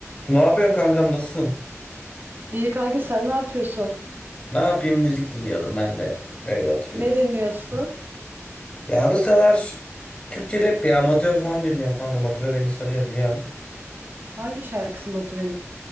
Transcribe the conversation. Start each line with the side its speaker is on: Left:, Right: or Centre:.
Left: Ne yapıyorsun kankam nasılsın?
Right: İyi kanki sen ne yapıyorsun?
Left: Ne yapayım müzik dinliyordum ben de. Öyle oturuyordum.
Right: Ne dinliyorsun?
Left: Ya bu sıralar Türkçe rap ya Motive falan dinliyorum kanka. Motive beni sarıyor biliyorsun.
Right: Hangi şarkısı Motive'nin?